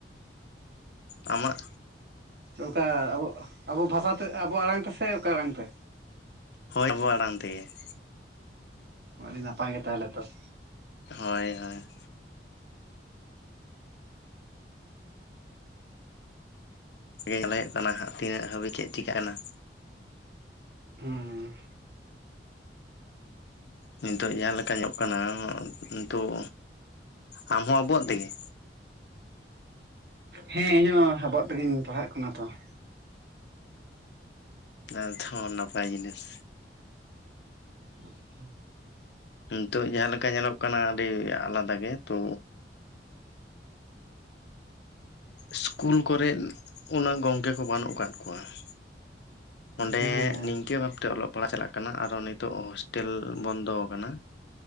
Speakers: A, on the left; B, on the right.
A: ᱟᱢᱟᱜ?
B: ᱚᱠᱟ ᱟᱵᱚ ᱟᱵᱚ ᱵᱷᱟᱥᱟᱛᱮ ᱟᱵᱚᱣᱟᱜ ᱟᱲᱟᱝ ᱛᱮ ᱥᱮ ᱚᱠᱟ ᱟᱲᱟᱝ ᱛᱮ?
A: ᱦᱳᱭ ᱟᱵᱚᱣᱟᱜ ᱟᱲᱟᱝ ᱛᱮᱜᱮ ᱾
B: ᱟᱹᱰᱤ ᱱᱟᱯᱟᱭ ᱜᱮ ᱛᱟᱦᱚᱞᱮ ᱛᱚ ᱾
A: ᱦᱳᱭ ᱦᱳᱭ ᱾ ᱧᱮᱞ ᱦᱳᱭᱳᱜ ᱠᱟᱱᱟ ᱦᱟᱸᱜ ᱛᱤᱱᱟᱹᱜ ᱦᱟᱹᱵᱤᱡ ᱪᱮᱫ ᱪᱤᱠᱟᱹ ᱠᱟᱱᱟ ᱾
B: ᱦᱩ <inaudible>
A: ᱱᱤᱛᱚᱜ ᱡᱟᱦᱟᱸ ᱞᱮᱠᱟ ᱧᱮᱞᱚᱜ ᱠᱟᱱᱟ ᱱᱤᱛᱚᱜ, ᱟᱢ ᱦᱚᱸ ᱟᱵᱚᱣᱟᱜ ᱛᱮᱜᱮ?
B: ᱦᱮᱸ ᱤᱧᱦᱚᱸ ᱟᱵᱚᱣᱟᱜ ᱛᱮᱜᱤᱧ ᱯᱟᱲᱦᱟᱜ ᱠᱟᱱᱟ ᱛᱚ ᱾
A: <unintelligible> ᱱᱟᱯᱟᱭ ᱡᱤᱱᱤᱥ
B: <unintelligible>
A: ᱱᱤᱛᱚᱜ ᱡᱟᱦᱟᱸ ᱞᱮᱠᱟ ᱧᱮᱞᱚᱜ ᱠᱟᱱᱟ ᱟᱹᱰᱤ ᱟᱞᱟᱫᱟ ᱜᱮ ᱛᱚ ᱤᱥᱠᱩᱞ ᱠᱚᱨᱮᱫ ᱚᱱᱟ ᱜᱚᱝᱠᱮ ᱠᱚ ᱵᱟᱹᱱᱩᱜ ᱠᱟᱫ ᱠᱚᱣᱟ ᱾ ᱚᱸᱰᱮ
B: ᱦᱮᱸ ᱦᱮᱸ
A: ᱱᱤᱝᱠᱟᱹ ᱵᱷᱟᱵᱛᱮ ᱚᱞᱚᱜ ᱯᱟᱲᱦᱟᱜ ᱪᱟᱞᱟᱜ ᱠᱟᱱᱟ ᱠᱟᱱᱟ ᱟᱨᱚ ᱱᱤᱛᱚᱜ ᱦᱳᱥᱴᱮᱞ ᱵᱚᱱᱫᱚ ᱟᱠᱟᱱᱟ᱾